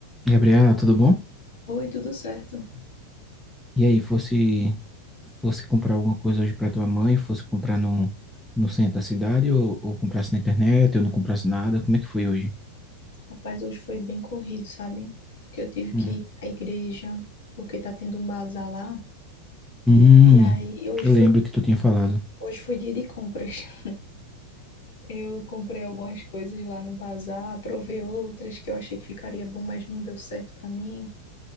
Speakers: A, in the centre; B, on the left.
A: Gabriela, tudo bom?
B: Oi, tudo certo?
A: E aí, fosse fosse comprar alguma coisa hoje para tua mãe, fosse comprar no, no centro da cidade ou, ou comprasse na internet ou não comprasse nada, como é que foi hoje?
B: Rapaz, hoje foi bem corrido, sabe? Porque eu tive
A: Hum.
B: que ir à igreja, porque tá tendo um bazar lá.
A: Hum,
B: E aí, hoje
A: eu
B: foi,
A: lembro que tu tinha falado.
B: hoje foi dia de compras. <laughs> Eu comprei algumas coisas lá no bazar, provei outras que eu achei que ficaria bom, mas não deu certo pra mim.